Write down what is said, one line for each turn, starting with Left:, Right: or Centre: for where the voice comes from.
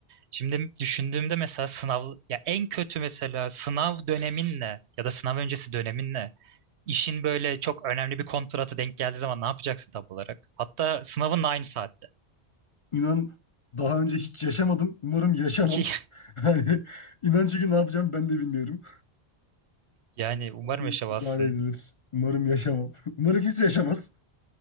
Right: Şimdi düşündüğümde mesela sınav ya en kötü mesela sınav döneminle ya da sınav öncesi döneminle İşin böyle çok önemli bir kontratı denk geldiği zaman ne yapacaksın tam olarak? Hatta sınavın da aynı saatte.
Left: İnan daha önce hiç yaşamadım. Umarım yaşamam.
Right: <laughs>
Left: <laughs> Yani inan çünkü ne yapacağım ben de bilmiyorum.
Right: Yani umarım
Left: Nasıl
Right: yaşamazsın.
Left: idare edilir? Umarım yaşamam. <laughs> Umarım kimse yaşamaz.